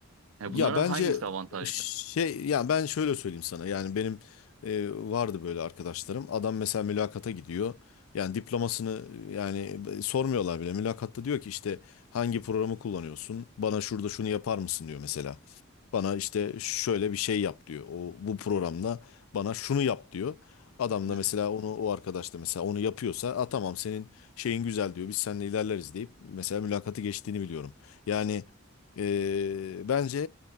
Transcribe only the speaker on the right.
Yani
bunlardan
hangisi avantajlı?
Evet.